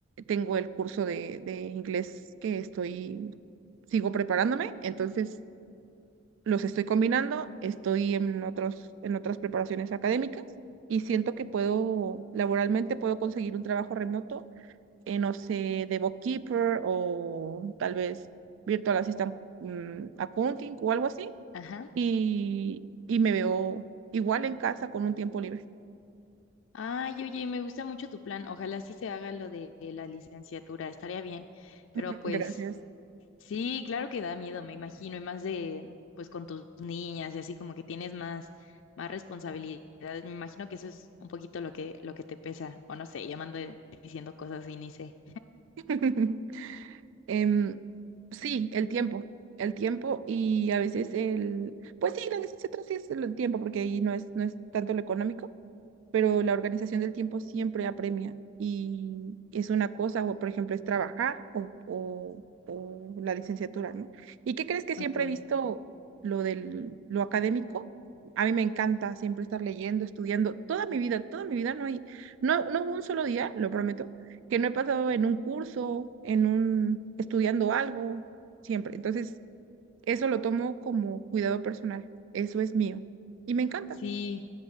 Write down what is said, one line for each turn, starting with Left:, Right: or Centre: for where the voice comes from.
Right: Tengo el curso de, de inglés que estoy, sigo preparándome. Entonces, los estoy combinando, estoy en otros, en otras preparaciones académicas y siento que puedo, laboralmente puedo conseguir un trabajo remoto, eh, no sé, de bookkeeper o tal vez virtual assistant mm, accounting o algo así.
Left: Ajá.
Right: Y, y me veo igual en casa con un tiempo libre.
Left: Ay, oye, me gusta mucho tu plan. Ojalá sí se haga lo de la licenciatura, estaría bien. Pero
Right: <laughs>
Left: pues
Right: Gracias.
Left: sí, claro que da miedo, me imagino, y más de, pues con tus niñas y así como que tienes más, más responsabilidades. Me imagino que eso es un poquito lo que, lo que te pesa, o no sé, llamando diciendo cosas y ni sé.
Right: <laughs> Em, sí, el tiempo. El tiempo y a veces el, pues sí, la necesidad sí es el tiempo, porque ahí no es, no es tanto lo económico pero la organización del tiempo siempre apremia y es una cosa, o por ejemplo, es trabajar o, o- o la licenciatura, ¿no? ¿Y qué crees que siempre
Left: Ok,
Right: he visto lo del, lo académico? A mí me encanta siempre estar leyendo, estudiando, toda mi vida, toda mi vida no hay, no, no hubo un solo día, lo prometo, que no he pasado en un curso, en un, estudiando algo, siempre. Entonces, eso lo tomo como cuidado personal, eso es mío y me encanta.
Left: sí.